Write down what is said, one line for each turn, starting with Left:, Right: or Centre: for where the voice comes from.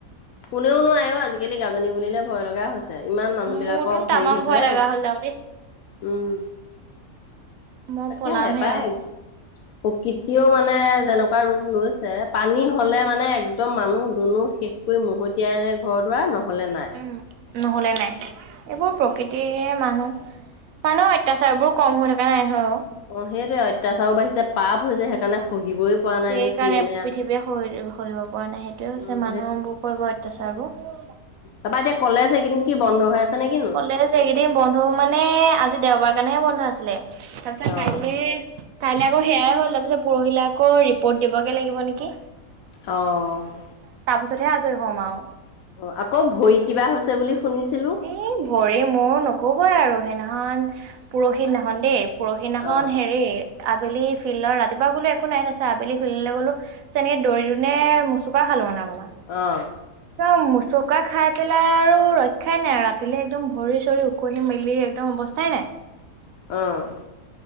Left: কোনেও নোৱাৰেও আজিকালি গাজনী বুলিলে ভয় লগা হৈছে। ইমান মানুহবিলাকৰ
Right: মোৰতোন
Left: হেৰি
Right: তামাম
Left: হৈছে,
Right: ভয় লগা হ'ল আৰু দেই
Left: উম।
Right: মই
Left: তাকেহে
Right: পলামহে
Left: পাই
Right: আৰু।
Left: আহিছোঁ। প্ৰকৃতিয়ও মানে যেনেকুৱা ৰূপ লৈছে পানী হ'লে মানে একদম মানুহ দুনু শেষ কৰি মহতিয়াই আনে ঘৰ দুৱাৰ, ন'হলে নাই।
Right: উম, নহ'লে নাই এইবোৰ
Left: উম।
Right: প্ৰকৃতিৰে মানুহ, মানুহৰ অত্যাচাৰ বোৰ কম হৈ থকা নাই নহয় অ'
Left: অ' সেইটোৱে, অত্যাচাৰো বাঢ়ি, পাপ হৈছে সেইকাৰণে সহিবই পৰা নাই
Right: সেই
Left: নে কি
Right: কাৰণে
Left: এনে আৰু।
Right: পৃথিৱীয়ে সহি সহিব পৰা নাই সেইটোৱে হৈছে
Left: উম
Right: মানুহবোৰ কৰিব অত্যাচাৰবোৰ
Left: তাৰাপা এতিয়া কলেজ সেই কিন্তু কি বন্ধ হৈ আছে? নে কিনো?
Right: ক'লে যে এইকেইদিন বন্ধ মানে আজি দেওবাৰ কাৰণেহে বন্ধ আছে তাইচত কাইলে
Left: অ।
Right: কাইলৈ আকৌ সেয়াই হ'ল, তাৰ পিছত পৰহিলে আকৌ ৰিপৰ্ট দিবগে লাগিব নেকি?
Left: অ'।
Right: পিছতহে আজৰি হ'ম আৰু।
Left: অ আকৌ ভৰি কিবা হৈছে বুলি শুনিছি
Right: এই ভৰি মোৰ ন'কবই আৰু সেইদিনাখন পৰহি দিনাখন দেই পৰহিদিনাখন
Left: অ
Right: হেৰি আবেলি ফিল্ডৰ ৰাতি বা বোলো একো নাই তাচত আবেলি খুলিলে গলো চেনে দৰি দিনে মুচুকা খালো মানে অলপ।
Left: অ
Right: চাওঁ মোচোকা খাই পেলাই আৰু ৰক্ষাই নাই আৰু ৰাতিলৈ একদম ভৰি চৰি উখহি মেলি একদম অৱস্থাই নাই।
Left: অ'।